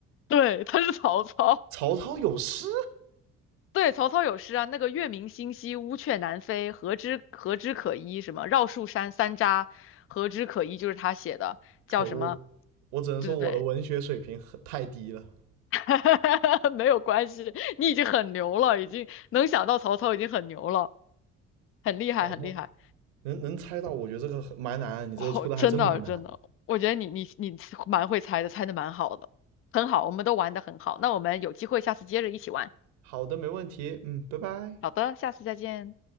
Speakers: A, on the left (about 40°); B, on the right (about 80°).
A: 对，他是曹操。
B: 曹操有诗？
A: 对，曹操有诗啊，那个月明星稀，乌鹊南飞，何枝何枝可依？什么绕树山三匝，何枝可依？就是他写的，
B: 可恶，
A: 叫什么？
B: 我只能说我的文学水平很太低了。
A: 对对对，<laughs> 没有关系，你已经很牛了，已经能想到曹操已经很牛了，很厉害，
B: 曹操
A: 很厉害。
B: 能能猜到，我觉得这个很蛮难，你这个出的还真蛮难。
A: 哦，真的真的，我觉得你你你蛮会猜的，猜的蛮好的，很好，我们都玩的很好。那我们有机会下次接着一起玩。
B: 好的，没问题，嗯，拜拜。
A: 好的，下次再见。